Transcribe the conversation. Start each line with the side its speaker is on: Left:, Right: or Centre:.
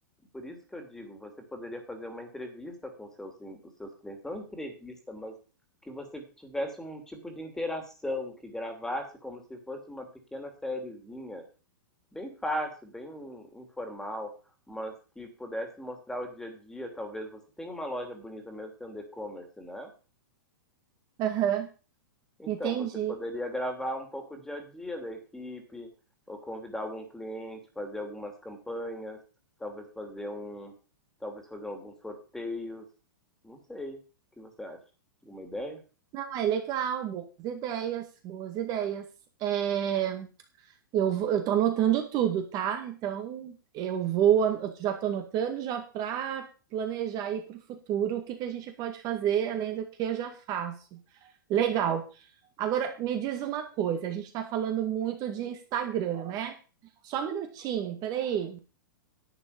Centre: Por isso que eu digo, você poderia fazer uma entrevista com os seus, os seus clientes, não entrevista, mas que você tivesse um tipo de interação, que gravasse como se fosse uma pequena sériezinha Bem fácil, bem informal, mas que pudesse mostrar o dia a dia, talvez você tem uma loja bonita mesmo tendo e-commerce, né?
Right: aham.
Centre: Então,
Right: Entendi.
Centre: você poderia gravar um pouco o dia a dia da equipe, ou convidar algum cliente, fazer algumas campanhas, talvez fazer um, talvez fazer alguns sorteios, não sei. O que você acha? Alguma ideia?
Right: Não, é legal, boas ideias, boas ideias. É, eu, vou- eu tô anotando tudo, tá? Então, eu vou, an- eu já tô anotando já para planejar aí para o futuro o que que a gente pode fazer além do que eu já faço. Legal. Agora, me diz uma coisa, a gente está falando muito de Instagram, né? Só um minutinho, peraí.